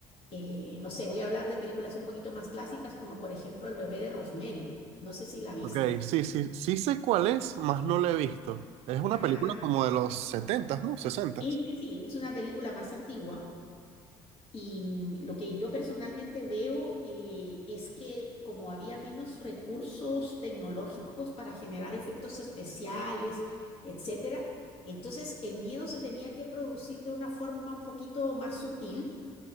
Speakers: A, on the left (about 55°); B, on the right (about 70°).
A: Eh, no sé, voy a hablar de películas un poquito más clásicas, como por ejemplo El bebé de Rosemary. No sé si la viste.
B: Ok, sí, sí, sí sé cuál es, más no la he visto. Es una
A: Ah,
B: película como de los 70, ¿no? 60.
A: Sí, sí, sí, es una película más antigua Y mm, lo que yo personalmente veo eh, es que como había menos recursos tecnológicos para generar efectos especiales, etcétera, entonces el miedo se tenía que producir de una forma un poquito más sutil,